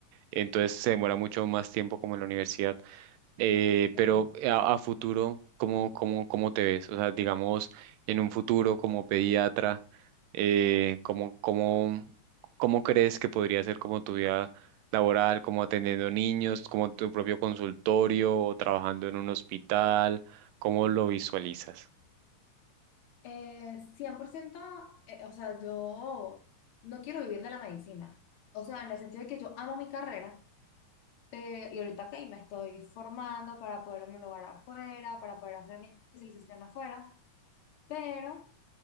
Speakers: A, on the right; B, on the left.
A: entonces se demora mucho más tiempo como en la universidad. Eh,
B: ok.
A: pero eh, a, a futuro, ¿cómo, cómo, cómo te ves? O sea, digamos, en un futuro como pediatra, eh, ¿cómo, cómo, cómo crees que podría ser como tu vida laboral, como atendiendo niños, como tu propio consultorio o trabajando en un hospital? ¿Cómo lo visualizas?
B: Eh, 100%, eh, o sea, yo no quiero vivir de la medicina. O sea, en el sentido de que yo amo mi carrera, pe- y ahorita que me estoy formando para poder homologar afuera, para poder hacer mi especialización afuera, pero